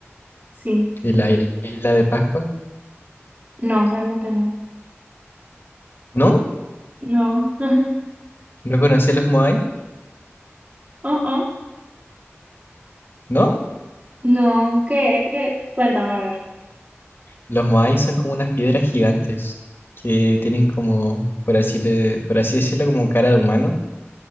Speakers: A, on the right; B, on the left.
A: sí.
B: Y la isla de Pascua,
A: No, realmente no.
B: ¿no?
A: No. <laughs>
B: ¿No conocí los Moai?
A: Uh-uh.
B: ¿No?
A: No, ¿qué? ¿Qué? Cuéntame, a ver.
B: Los Moai son como unas piedras gigantes que tienen como, por así, le- por así decirlo, como cara de humano.